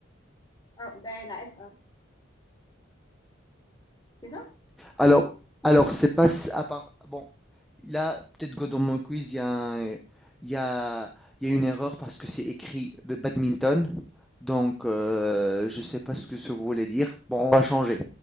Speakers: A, on the left; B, in the centre.
A: Ah, ben, la F1, c'est ça?
B: Alors alors c'est pas à part bon, là, peut-être que dans mon quiz, il y a un il y a il y a une erreur parce que c'est écrit b badminton, donc heu, je sais pas ce que ça voulait dire. Bon, on va changer,